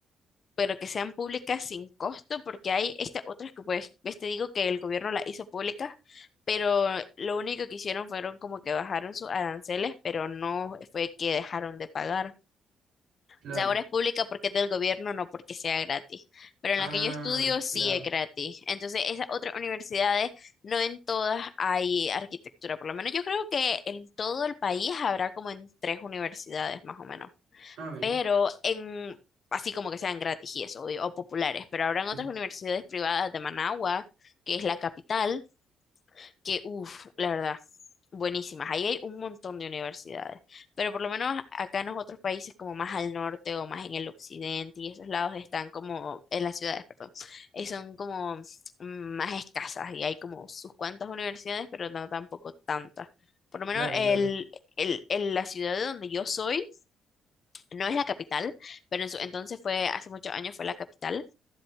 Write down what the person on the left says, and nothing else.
pero que sean públicas sin costo, porque hay estas otras que pues, ves, te digo que el gobierno las hizo públicas, pero lo único que hicieron fueron como que bajaron sus aranceles, pero no fue que dejaron de pagar.
O sea, ahora es pública porque es del gobierno, no porque sea gratis. Pero en
la que yo estudio sí
es gratis. Entonces, esas otras universidades, no en todas hay arquitectura. Por lo menos yo creo que en todo el país habrá como en tres universidades más o menos.
Pero en, así como que sean gratis y eso, o, o populares. Pero habrán otras
universidades privadas de Managua, que es la capital que, uff, la verdad, buenísimas. Ahí hay un montón de universidades, pero por lo menos acá en los otros países, como más al norte o más en el occidente, y esos lados están como, en las ciudades, perdón, eh, son como mm, más escasas y hay como sus cuantas universidades, pero no tampoco tantas. Por lo menos
el,
el- el- la ciudad de donde yo soy no es la capital, pero en su- entonces fue, hace muchos años fue la capital